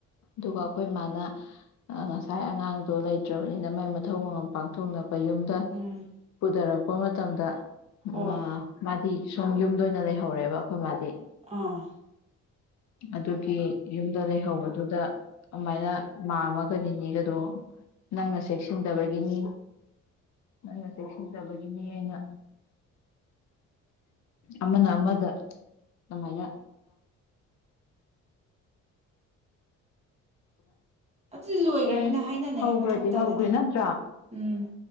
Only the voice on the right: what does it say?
ꯎꯝ
ꯍꯣꯏ
ꯑꯥ
ꯑꯗꯨꯗꯤ ꯂꯣꯏꯈ꯭ꯔꯕꯅꯤꯅ
ꯍꯥꯏꯅꯅꯤꯡꯉꯥꯏ
ꯃꯊꯧ ꯇꯥꯗꯦꯗ
ꯎꯝ